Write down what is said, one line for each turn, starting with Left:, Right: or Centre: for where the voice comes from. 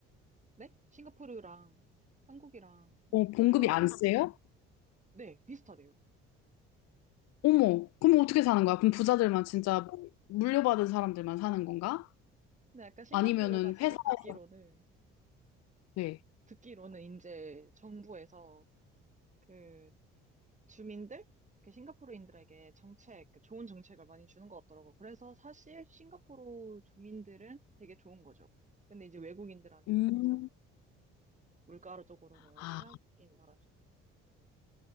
Right: 네? 싱가포르랑 한국이랑
Left: 어,
Right: 월급이,
Left: 봉급이 안 세요?
Right: 네, 비슷하대요.
Left: 어머, 그럼 어떻게 사는 거야? 그럼 부자들만 진짜 뭐 물려받은 사람들만 사는 건가?
Right: 근데 약간 싱가포르가
Left: 아니면은
Right: 제가
Left: 회사에서
Right: 듣기로는,
Left: 네.
Right: 듣기로는 이제 정부에서 그 주민들? 그 싱가포르인들에게 정책, 그 좋은 정책을 많이 주는 것 같더라고요. 그래서 사실 싱가포르 주민들은 되게 좋은 거죠. 근데 이제 외국인들한테는
Left: 음.
Right: 완전 물가적으로는 완전
Left: 아,
Right: 최악인 나라죠.